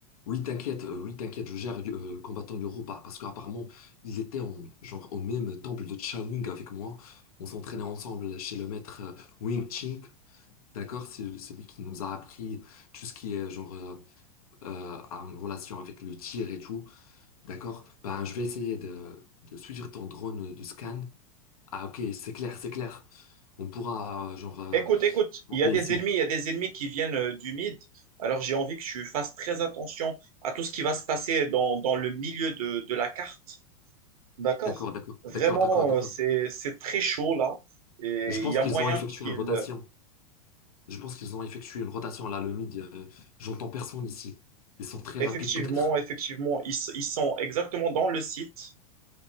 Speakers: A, on the left; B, on the right.
A: Oui, t'inquiète. euh, oui, t'inquiète. Je gère euh, combattant Yoro pa- parce qu'apparemment, il était en, genre, au même temple de Shaolin avec moi. On s'entraînait ensemble chez le maître euh, Wing Ching. D'accord? C'est celui qui nous a appris tout ce qui est genre euh, euh, en relation avec le tir et tout. D'accord? Ben, je vais essayer de, de suivre ton drone de scan. Ah, ok, c'est clair, c'est clair. On pourra, euh, genre, euh,
B: Écoute, écoute,
A: monter
B: il y a des
A: ici.
B: ennemis, il y a des ennemis qui viennent euh, du mid. Alors j'ai envie que tu fasses très attention à tout ce qui va se passer dans, dans le milieu de, de la carte. D'accord?
A: D'accord, d'accord,
B: Vraiment,
A: d'accord, d'accord, d'accord.
B: euh, c'est, c'est très chaud là. Et
A: Je pense
B: il y a
A: qu'ils
B: moyen
A: ont effectué
B: qu'ils...
A: une rotation.
B: euh,
A: Je pense qu'ils ont effectué une rotation là, le mid. euh, j'entends personne ici. Ils sont très
B: Effectivement,
A: rapides, peut-être.
B: effectivement, ils, s- ils sont exactement dans le site.